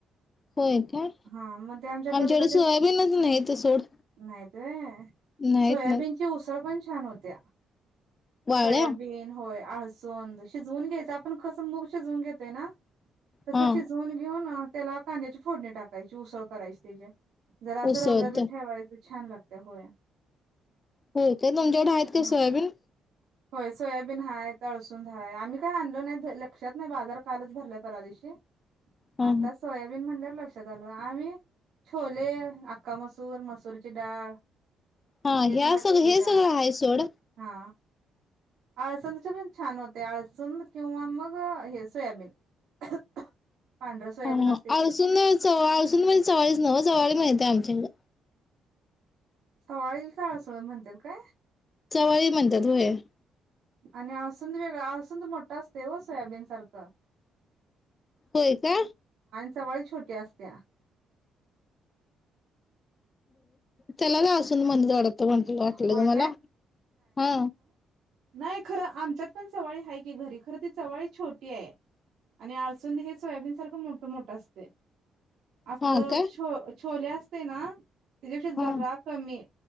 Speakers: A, on the left; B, on the right.
A: होय काय
B: हा म ते आमच्या
A: आमच्याकडे
B: पलीकडच्याच
A: सोयाबीनच नाही तर सोड
B: नाही. त व्हय
A: नाहीत
B: सोयाबीन
A: नाही
B: ची उसळ पण छान होत्या.
A: वाळ्या
B: सोयाबीन होय आळसुंद शिजवून घ्यायचं आपण कसं मूग शिजवून घेतोय ना. तसं
A: हा
B: शिजवून घेऊन त्याला कांद्याची फोडणी टाकायची उसळं करायची तेजी. जरा आसं
A: उसळत
B: रबरबी ठेवायच छान लागतय होय.
A: होय काय तुमच्याकड हैत का
B: हम्म
A: सोयाबीन?
B: होय सोयाबीन हाय आळसुंद हाय आम्ही काय आणलो नाई धड लक्षात नाही बाजार कालच भरलाय परवा दिवशी.
A: हा
B: आता सोयाबीन म्हणल्या वर लक्ष त आलं आम्ही छोले, आखा मसूर, मसूर ची डाळ
A: हा
B: हेच
A: ह्या
B: मटकी
A: सगळ हे
B: डाळ
A: सगळं आहे सोड
B: हा. आळसुंदाचे पण छान होय आळसुंद किंवा मग हे सोयाबीन. <inaudible> सोयाबीन
A: ह
B: असते
A: आळसुंद
B: ते
A: चवाळ आळसुंद म्हणजे चवाळीच न्हवं चवळीच मिळत्या आमच्या ईकड.
B: चवाळीलच आळसुंद म्हणत्यात काय?
A: चवाळी म्हणत्यात व्हय.
B: आणि आळसुंद वेगळा अळसुंद मोठा असतोय हो सोयाबीन सारखं.
A: होय का.
B: चवाळी छोटी असत्या.
A: त्याला <unintelligible> म्हणल वाटत कोण तरी वाटलं
B: होय
A: ग मला हा.
B: नाई खरं आमच्यात पण चवाळी हाय की घरी खरं ती चवाळी छोटी हाय. आणि आळसुंद हे सोयाबीन सारख मोठ मोठं असते. आपलं
A: हा काय
B: छो छोले असते ना त्याच्या ज
A: हा
B: कमी